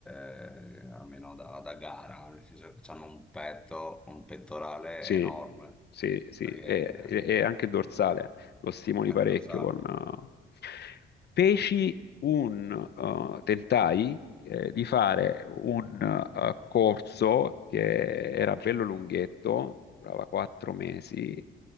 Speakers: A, in the centre; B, on the left (about 55°).
A: eh, almeno da, da gara, nel senso che hanno un petto, un pettorale
B: Sì,
A: enorme,
B: sì, sì,
A: perché
B: e,
A: eh,
B: e anche il dorsale lo stimoli
A: anche
B: parecchio
A: lo sale.
B: con... eh. Feci un... eh, tentai eh, di fare un eh, corso che era bello lunghetto, durava quattro mesi,